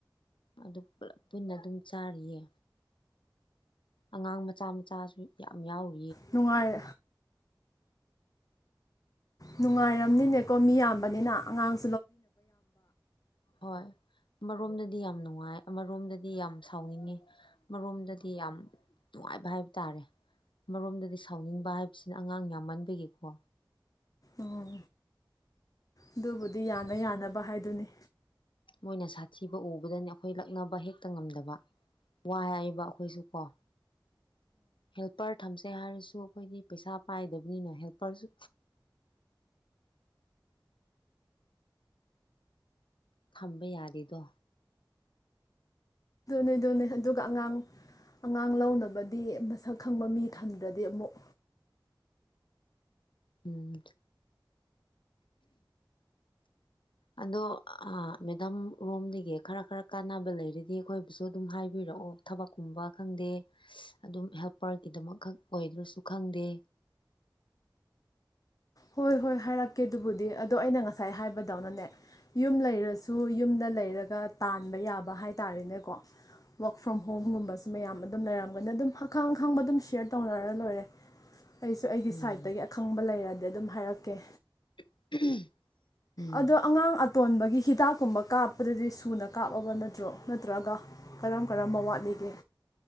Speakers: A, on the left; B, on the left.
A: ꯑꯗꯨ ꯄꯨꯂꯞ ꯄꯨꯟꯅ ꯑꯗꯨꯝ ꯆꯥꯔꯤꯌꯦ ꯑꯉꯥꯡ ꯃꯆꯥ ꯃꯆꯥꯁꯨ ꯌꯥꯝ ꯌꯥꯎꯋ
B: ꯅꯨꯡꯉꯥꯏ ꯅꯨꯡꯉꯥꯏꯔꯝꯅꯤꯅꯦ ꯀꯣ ꯃꯤ ꯌꯥꯝꯕꯅꯤꯅ ꯑꯉꯥꯡ
A: ꯍꯣꯏ ꯑꯃꯣꯝꯗꯗꯤ ꯌꯥꯝ ꯅꯨꯡꯉꯥꯏ ꯑꯃꯔꯣꯝꯗꯗꯤ ꯌꯥꯝ ꯁꯥꯎꯅꯤꯡꯉꯤ ꯑꯃꯔꯣꯝꯗꯗꯤ ꯌꯥꯝ ꯅꯨꯡꯉꯥꯏꯕ ꯍꯥꯏꯕ ꯇꯥꯔꯦ ꯑꯃꯔꯣꯝꯗꯗꯤ ꯁꯥꯎꯅꯤꯡꯕ ꯍꯥꯏꯕꯁꯤꯅ ꯑꯉꯥꯡ ꯌꯥꯝꯃꯟꯕꯤꯒꯤꯀꯣ
B: ꯎꯝ ꯑꯗꯨꯕꯨꯗꯤ ꯌꯥꯅ ꯌꯥꯅꯕ ꯍꯥꯏꯗꯨꯅꯤ
A: ꯃꯣꯏꯅ ꯁꯥꯊꯤꯕ ꯎꯕꯗꯅꯤ ꯑꯩꯈꯣꯏ ꯂꯛꯅꯕ ꯍꯦꯛꯇ ꯉꯝꯗꯕ ꯋꯥ ꯍꯥꯏꯕ ꯑꯩꯈꯣꯏꯁꯨ ꯀꯣ ꯍꯦꯜꯄꯔ ꯀꯩ ꯍꯥꯏꯔꯁꯨ ꯑꯩꯈꯣꯏꯗꯤ ꯄꯩꯁꯥ ꯄꯥꯏꯗꯕꯅꯤꯅ ꯍꯦꯜꯄꯔꯁꯨ ꯊꯝꯕ ꯌꯥꯗꯦꯗꯣ
B: ꯑꯗꯨ ꯑꯗꯨꯅꯦ ꯑꯗꯨꯒ ꯑꯉꯥꯡ ꯑꯉꯥꯡ ꯂꯧꯅꯕꯗꯤ ꯃꯁꯛ ꯈꯪꯕ ꯃꯤ ꯊꯝꯗ꯭ꯔꯗꯤ ꯑꯃꯨꯛ
A: ꯎꯝ ꯑꯗꯣ ꯃꯦꯗꯥꯝ ꯔꯣꯝꯗꯒꯤ ꯈꯔ ꯈꯔ ꯀꯥꯟꯅꯕ ꯂꯩꯔꯗꯤ ꯑꯩꯈꯣꯏꯕꯨꯁꯨ ꯑꯗꯨꯝ ꯍꯥꯏꯕꯤꯔꯛꯑꯣ ꯊꯕꯛꯀꯨꯝꯕ ꯈꯪꯗꯦ ꯑꯗꯨꯝ ꯍꯦꯜꯄꯔꯒꯤꯗꯃꯛꯛ ꯑꯣꯏꯗ꯭ꯔꯁꯨ ꯈꯪꯗꯦ
B: ꯍꯣꯏ ꯍꯣꯏ ꯍꯥꯏꯔꯛꯀꯦ ꯑꯗꯨꯕꯨꯗꯤ ꯑꯗꯣ ꯑꯩꯅ ꯉꯁꯥꯏ ꯍꯥꯏꯕꯗꯧꯅꯅꯦ ꯌꯨꯝ ꯂꯩꯔꯁꯨ ꯌꯨꯝꯗ ꯂꯩꯔꯒ ꯇꯥꯟꯕ ꯌꯥꯕ ꯍꯥꯏ ꯇꯥꯔꯦꯅꯦꯀꯣ ꯋꯔꯛ ꯐ꯭ꯔꯣꯝ ꯍꯣꯝꯒꯨꯝꯕꯁꯨ ꯃꯌꯥꯝ ꯑꯗꯨꯝ ꯂꯩꯔꯝꯒꯅꯤ ꯑꯗꯨꯝ ꯑꯈꯪ ꯑꯈꯪꯕ ꯑꯗꯨꯝ ꯁꯌꯔ ꯇꯧꯅꯔ ꯂꯣꯏꯔꯦ ꯑꯩꯁꯨ ꯑꯩꯒꯤ
A: ꯎꯝ
B: ꯁꯥꯏꯠꯇꯒꯤ ꯑꯈꯪꯕ ꯂꯩꯔꯗꯤ ꯑꯗꯨ ꯑꯗꯨꯝ ꯍꯥꯏꯔꯛꯀꯦ
A: <inaudible> ꯎꯝ
B: ꯑꯗꯣ ꯑꯉꯥꯡ ꯇꯣꯟꯕꯒꯤ ꯍꯤꯗꯥꯛꯀꯨꯝꯕ ꯀꯥꯞꯄꯗꯗꯤ ꯁꯨꯅ ꯀꯥꯞꯑꯕ ꯅꯠꯇ꯭ꯔꯣ ꯅꯠꯇ꯭ꯔꯒ ꯀꯔꯝ ꯀꯔꯝꯕ ꯋꯥꯠꯂꯤꯒꯦ